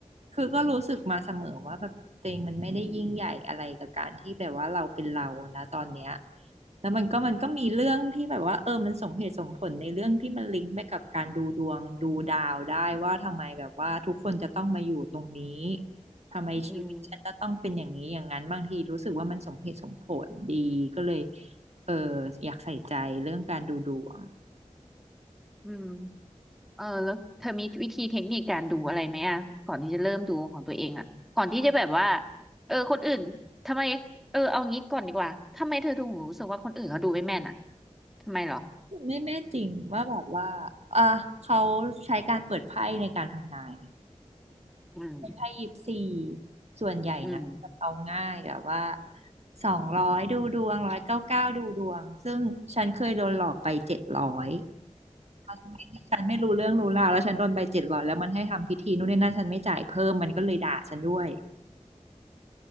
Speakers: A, on the right; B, in the centre.
A: คือก็รู้สึกมาเสมอว่าแบบตัวเองมันไม่ได้ยิ่งใหญ่อะไรกับการที่แบบว่าเราเป็นเรานะตอนเนี้ยแล้วมันก็มันก็มีเรื่องที่แบบว่าเออมันสมเหตุสมผลในเรื่องที่มันลิงก์ไปกับการดูดวงดูดาวได้ว่าทำไมแบบว่าทุกคนจะต้องมาอยู่ตรงนี้ทำไมชีวิตฉันจะต้องเป็นอย่างนี้อย่างนั้นบางทีรู้สึกว่ามันสมเหตุสมผลดีก็เลย
B: อืม
A: เอออยากใส่ใจเรื่องการดูดวง
B: อืม เออแล้วเธอมีวิธีเทคนิคการดูอะไรไหมอ่ะก่อนที่จะเริ่มดูของตัวเองอ่ะก่อนที่จะแบบว่าเออคนอื่นทำไมเออเอางี้ก่อนดีกว่าทำไมเธอถึงรู้สึกว่าคนอื่นเขาดูไม่แม่นอ่ะทำไมเหรอ
A: ไม่แม่นจริงว่าแบบว่าอ่ะเขาใช้การเปิดไพ่ในการทำนาย
B: อืม
A: ยี่สิบสี่ส่วนใหญ่นะแบบเอาง่ายแบบว่า
B: อืม
A: สองร้อยดูดวงร้อยเก้าเก้าดูดวงซึ่งฉันเคยโดนหลอกไปเจ็ดร้อยสมัยที่ฉันไม่รู้เรื่องรู้ราวแล้วฉันโดนไปเจ็ดร้อยแล้วมันให้ทำพิธีนู่นนี่นั่นฉันไม่จ่ายเพิ่มมันก็เลยด่าฉันด้วย